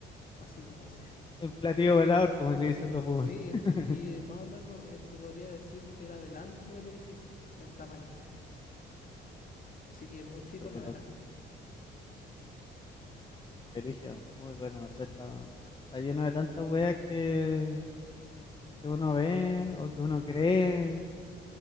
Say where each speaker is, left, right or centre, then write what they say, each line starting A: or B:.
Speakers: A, on the left; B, on the left.
A: así que no sé.
B: El platillo velador, como le dicen los públicos.
A: Sí,
B: <laughs>
A: y más o menos a ver, te podría decir que era del ancho del edificio, en tamaño. Así que muy chico
B: Creo
A: no
B: que
A: era.
B: lo que origen, muy bueno, no sé, está, está lleno de tantas weas que, que uno ve o que uno cree.